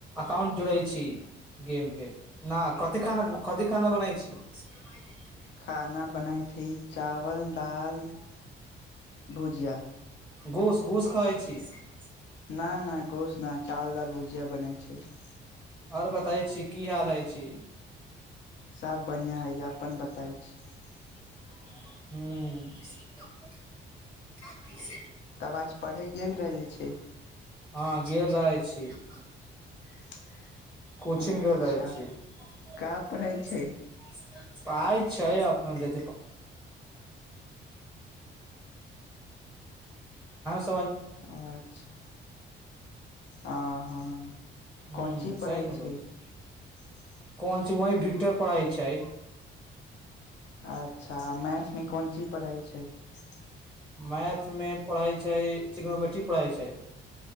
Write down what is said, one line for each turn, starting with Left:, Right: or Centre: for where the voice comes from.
Centre: अाउंट जोड़ै छी। <unintelligible> गेमके न कथिी खाना -कथिी खाना बनै छै। <unintelligible>
Left: खाना बनाई थी चावल दाल <unintelligible> भुजिया। <unintelligible>
Centre: घूस -घोस खाइ छी। <unintelligible>
Left: न नहि गो। <unintelligible> उसना चावल दालि भुजिया बनै छै। <unintelligible>
Centre: आर बताै छी की हाल है छी। <unintelligible>
Left: सभ बढ़िआँ हइ अपन बताय छी। <unintelligible>
Centre: ह्मं। <unintelligible>
Left: तब आज पढ़े गेल रहले छै। <unintelligible>
Centre: हँ गेल रह छी। <unintelligible>
Left: <unintelligible>
Centre: कोचिंग
Left: अच्छा
Centre: गेल रहे छी <unintelligible>
Left: का पढ़ै छै
Centre: पाय छै। ढ़। <unintelligible>
Left: अच्छा ह- हँ। <unintelligible>
Centre: ह
Left: कोन ची पढ़ाई
Centre: सही ने
Left: छै।
Centre: कहै
Left: <unintelligible> <unintelligible>
Centre: वही विक्टर पढ़ै छै। <unintelligible>
Left: अच्छा मैथमे कोन चीज पढ़ै छै। <unintelligible>
Centre: मैथमे पढ़ै छै सिग्नोमेट्री पढ़ै छै।